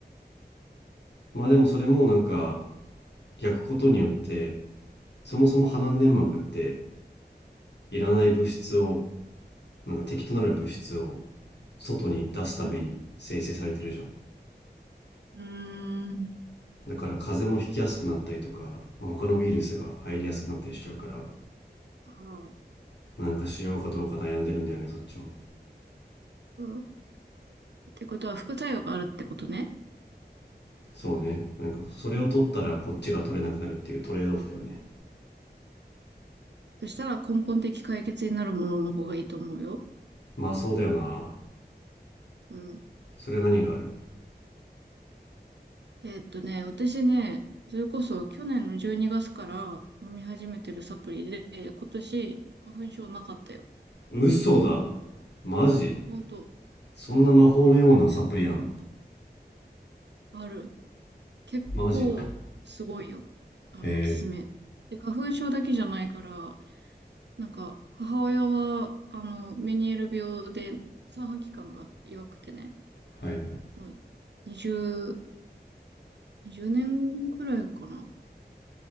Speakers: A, on the left; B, on the right.
A: まあでもそれもなんか焼くことによってそもそも鼻粘膜っていらない物質をなんか敵となる物質を外に出すために生成されてるじゃん
B: うん。うーん。
A: だから風邪もひきやすくなったりとか、まあ、他のウイルスが入りやすくなったりしちゃうから
B: はあ、
A: なんかしようかどうか悩んでるんだよねそっちも
B: うん。ってことは副作用があるってことね。
A: そうねなんかそれを取ったらこっちが取れなくなるっていうトレードオフだよね
B: そしたら根本的解決になるものの方がいいと思うよ。
A: まあそうだよな
B: うん。
A: それは何がある
B: えーっとね、私ね、それこそ去年の12月から飲み始めてるサプリで、今年花粉症なかったよ。
A: 嘘だマジ
B: ほんと。
A: そんな魔法のようなサプリあんの
B: うん。ある。結構すごいよ。
A: マジか
B: あの効き目。
A: へ
B: で、花粉症だけじゃないから、なんか、母親は、あの、メニエール病で、三半規管が弱くてね、
A: えはいはい
B: もう、20、20年ぐらいかな。